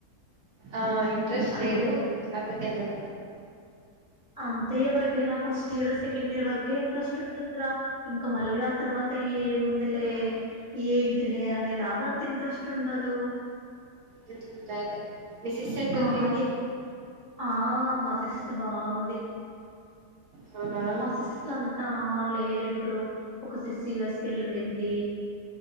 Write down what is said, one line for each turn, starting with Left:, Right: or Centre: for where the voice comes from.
Right: ఆ ఇం ఇంట్రెస్ట్
Left: అయ్యో
Right: లేదు అందు కెళ్ళల
Left: అంతే ఎవరికైనా ఫస్ట్ ఇయర్ సెకండ్ ఇయర్ వరకే ఇంట్రెస్ట్ ఉంటుందిరా ఇం ఇక మళ్ళీ ఆ తర్వాత ఏముందిలే ఏం లే అనేలాగా ఇంట్రెస్ట్ ఉండదు
Right: హ్మ్ అదే మీ సిస్ ఎట్టుంది
Left: ఆ ఏ ఆ మ సిస్ బావుంది
Right: అవునా
Left: మా సిస్లంతా లేరు ఇప్పుడు ఒక సిస్ యుఎస్ కెళ్ళి పోయింది.